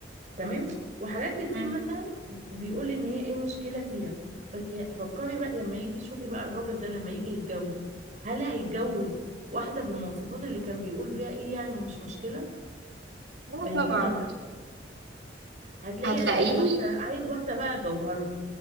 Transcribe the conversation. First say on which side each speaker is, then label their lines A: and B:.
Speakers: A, on the right; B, on the right.
A: تمام وحاجات كتير
B: مم.
A: مثلا بيقول ان هي ايه المشكله فيها بس فكري بقى لما يجي شوفي بقى الراجل ده لما يجي يتجوز هل هيتجوز واحده بالمواصفات اللي كان بيقول بيها ايه يعني مش مشكله
B: لا
A: بديهي
B: طبعا
A: هتلاقيه
B: هتلاقيه
A: عايز واحده عايز واحده بقى جوهره